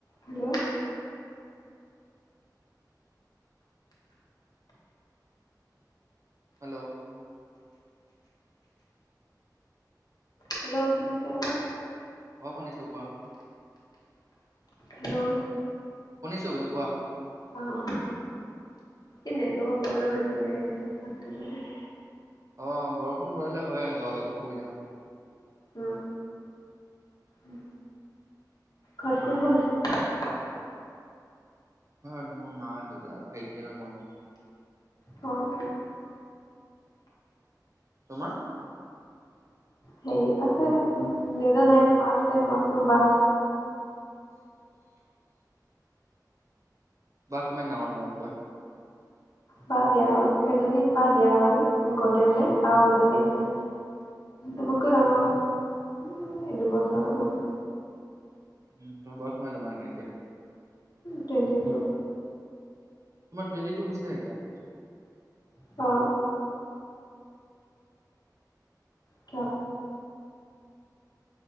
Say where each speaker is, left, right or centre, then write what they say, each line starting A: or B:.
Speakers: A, on the left; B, on the right.
A: Hello.
B: Hello.
A: Hello শুনিছ' নে?
B: অ', শুনিছোঁ কোৱা।
A: হেল্ল'।
B: শুনিছো বোলো কোৱা।
A: অ', এ' নেটৱৰ্কৰ প্ৰব্লেম হৈছে চাগে হেইকাণে মাতটো লোৱা নাই।
B: অ', বৰষুণ পৰিলে হয় এনেকুৱা অলপ অসুবিধা।
A: উ, উ, ঘৰত কোন-কোন আছে।
B: ঘৰত মোৰ মা, দেউতা, ভাইটি আৰু মই।
A: অ'।
B: তোমাৰ?
A: হেই আছে, উম, দেউতা নাই, মা আছে, মই আছোঁ, বা আছে।
B: বা কিমান ডাঙৰ তুমাতকৈ।
A: বা বিয়া গ'ল, এজনী বা বিয়া গ'ল গ'লেই মানে আৰু এজনী আছে তোমাতকৈ ডাঙৰ উম, দুবছৰ মান।
B: <unintelligible> নে এতিয়া
A: টুৱেণ্টি টু।
B: তোমাৰ টুৱেণ্টি টু হৈছে এতিয়া?
A: অ। কিয়?